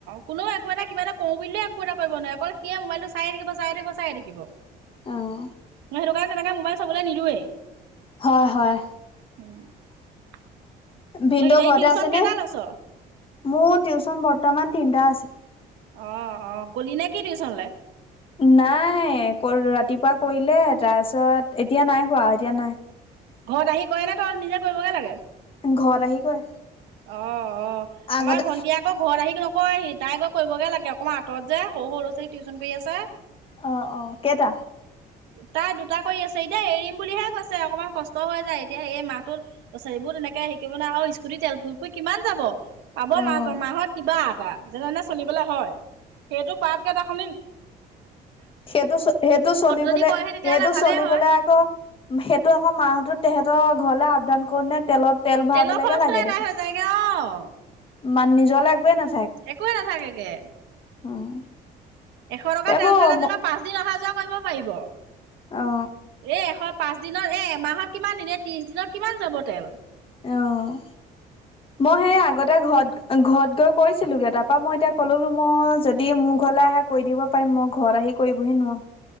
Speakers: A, on the right (about 85°); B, on the left (about 30°).
A: কোনেও একো এটা কিবা এটা কওঁ বুলিলে একো এটা কৰিব নাই, অকল সিয়ে মোবাইলটো চাইয়ে থাকিব, চাইয়ে থাকিব, চাইয়ে থাকিব।
B: আহ।
A: মই সেইটো কাৰণে তেনেকে মোবাইল চাবলৈ নিদিওয়ে।
B: হয়-হয়।
A: <inaudible>
B: ভিনদেউ
A: সেই
B: ঘৰতে
A: টিউচন
B: আছে নে?
A: কেইটা লৈছ
B: মোৰ টিউচন বৰ্তমান তিনটা আছে।
A: অ, অ, গলি নেকি টিউচনলৈ?
B: নাই, কৰ ৰাতিপুৱা কৰিলে তাৰপিছত এতিয়া নাই কৰা এতিয়া নাই।
A: ঘৰত আহি কৰে নে, তোৰ নিজে কৰিবগে লাগে?
B: ঘৰত আহি কৰে।
A: অ, অ,
B: আগতে
A: আমাৰ ভণ্টি আকৌ ঘৰত আহি নকৰে সি। তাই গৈ কৰিবগে লাগে অকণমান আঁতৰত যায় সৰু-সৰু ল'ৰা-ছোৱালী টিউচন কৰি আছে।
B: অ, অ, কেইটা?
A: তাই দুটা কৰি আছে এতিয়া এৰিম বুলিহে কৈছে, অকণমান কষ্ট হৈ যায় এতিয়া এই মাহটো, অ ছ'ৰি ও তেনেকে শিকিবলে আহোঁ আৰু স্কুটি তেল পুই পুই কিমান যাব। পাব
B: অ',
A: মাজ-মাহত কিবা এটা, যেনে তেনে চলিবলে হয়। সেটো কৱাতকে তা সলনি
B: সেটো চ, হেটো চলিবলে
A: যদি কৰেহি তেতিয়াহ'লে
B: হেটো
A: ভালেই
B: চলিবলে
A: হয়
B: আকৌ, সেটো আকৌ মাহতোত তেহেতৰ ঘৰলে আপদান কৰোতে তেলত তেল ভৰাবলৈকে
A: তেলৰ খৰচটোৱে
B: লাগে
A: আদাই
B: দেখোন।
A: হৈ যায়গে অ'।
B: মান নিজলে একোৱে না
A: একোৱে নাথাকেগে।
B: উম।
A: এশ টকা
B: এইবোৰ
A: তেল ভৱালে যেনিবা পাঁচ দিন অহা যোৱা কইব পাইব।
B: অ
A: এ এশ পাঁচ দিনত, এ এমাহত কিমান দিন, এ ত্ৰিশ দিনত কিমান যাব? তেল
B: অ' মই হেই আগ আগতে ঘত, ঘত গৈ কৈছিলোগে তাৰপা মই এতিয়া ক'লো মই, যদি মোৰ ঘৰলে আহে কৈ দিব পা এ ম ঘত আহি কইবহি নোৱাও।